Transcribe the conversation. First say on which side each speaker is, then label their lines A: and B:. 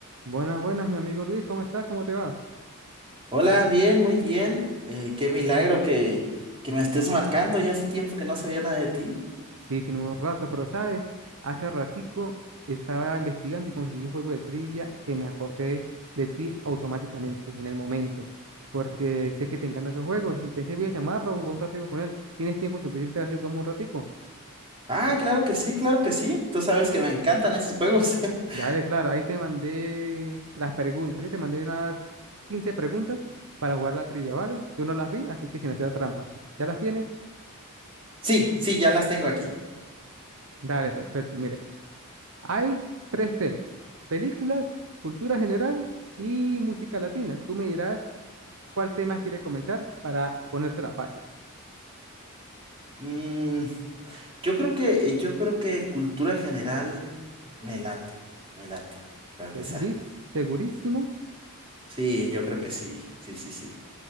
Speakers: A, on the right; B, on the right.
A: Buenas, buenas, mi amigo Luis, ¿cómo está? ¿Cómo te va?
B: Hola, bien, muy bien. Eh, qué milagro que, que me estés marcando. Ya hace tiempo que no sabía nada de ti.
A: Sí, tenemos rato, pero sabes, hace ratico estaba investigando y conseguí un juego de trivia que me acordé de ti automáticamente en el momento, porque sé que te encantan esos juegos y pensé voy a llamarlo, jugar un ratico con él. ¿Tienes tiempo suficiente para jugamos un ratico?
B: Ah, claro que sí, claro que sí. Tú sabes que me encantan esos juegos. <laughs>
A: Dale, claro, ahí te mandé las preguntas, sí, te mandé unas 15 preguntas para jugar la trivia, ¿vale? Yo no las vi, así que sin hacer trampa. ¿Ya las tienes?
B: Sí, sí, ya las tengo aquí.
A: Dale, perfecto, mire. Hay tres temas, películas, cultura general y música latina. Tú me dirás cuál tema quiere comenzar para ponérsela fácil.
B: Mm, yo creo que, yo creo que cultura general me late, me late, para empezar.
A: Segurís, segurísimo,
B: Sí, yo creo que sí, sí, sí, sí.